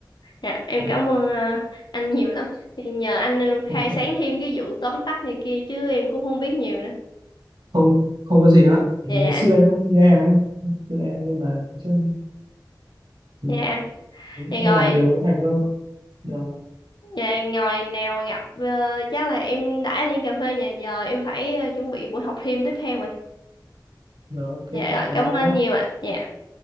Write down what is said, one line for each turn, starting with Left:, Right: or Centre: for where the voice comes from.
Left: Dạ, em
Right: ừ.
Left: cảm ơn ờ, anh nhiều lắm. Thì nhờ anh ờ, khai
Right: không không
Left: sáng thêm cái vụ tóm tắt này kia chứ em cũng không biết nhiều nữa.
Right: không không có gì hết vì
Left: Dạ
Right: ngày
Left: dạ.
Right: xưa em cũng như em ấy xưa em nhưng mà chứ Ừ,
Left: Dạ. Thì
Right: cứ
Left: rồi,
Right: làm nhiều nó thành thôi rồi
Left: dạ, ngồi nào gặp ờ, chắc là em đãi lên cà phê nhà giờ em phải ờ, chuẩn bị buổi học thêm tiếp theo rồi.
Right: rồi ok
Left: Dạ rồi,
Right: chào
Left: cảm
Right: em
Left: ơn anh
Right: nhé
Left: nhiều ạ. Dạ.